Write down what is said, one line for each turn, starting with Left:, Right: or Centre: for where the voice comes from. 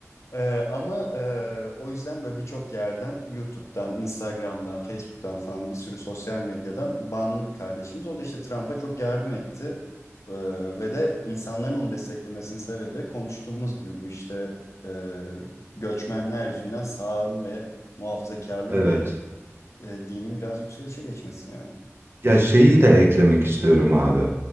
Left: Ee, ama e, o yüzden böyle birçok yerden YouTube'dan, Instagram'dan, Facebook'tan falan bir sürü sosyal medyadan banlı bir kardeşimiz. O da işte Trump'a çok yardım etti. Ee, ve de insanların onu desteklemesini sevdi. de Konuştuğumuz gibi bu işte e, göçmenler yüzünden sağın ve muhafazakarlığın
Right: Evet.
Left: ve e, dinin biraz yükselişe geçmesi yani.
Right: Ya şeyi de eklemek istiyorum abi.